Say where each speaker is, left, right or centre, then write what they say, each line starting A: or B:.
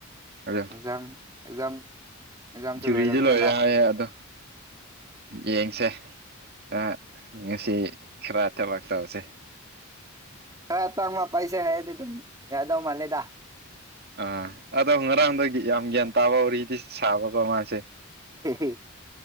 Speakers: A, on the right (about 50°); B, on the right (about 15°).
A: ꯑꯣ
B: ꯑꯦꯛꯖꯥꯝ ꯑꯦꯛꯖꯥꯝ ꯑꯦꯛꯖꯥꯝꯁꯨ
A: ꯖꯤꯕꯔꯤꯗꯤ
B: ꯂꯣꯏꯔꯕꯅꯤꯅ
A: ꯂꯣꯏꯔꯦ ꯍꯥꯏꯌꯦꯦ ꯑꯗꯣ ꯌꯦꯡꯁꯦ
B: ꯎꯝ
A: ꯑ ꯌꯦ ꯁꯤ ꯈꯔ ꯊꯂꯛ ꯇꯧꯁꯦ
B: ꯈꯔ ꯄꯥꯡꯃ ꯄꯥꯏꯁꯦ ꯍꯥꯏꯔꯗꯤ ꯑꯗꯨꯝ ꯌꯥꯗꯧ ꯃꯥꯜꯂꯦꯗ
A: ꯑꯥ ꯑꯗꯣ ꯉꯔꯥꯡꯗꯣ ꯌꯥꯝ ꯒ꯭ꯌꯥꯟ ꯇꯥꯕ ꯍꯧꯔꯤꯗꯤ ꯁꯥꯕꯀꯣ ꯃꯥꯁꯦ
B: <unintelligible>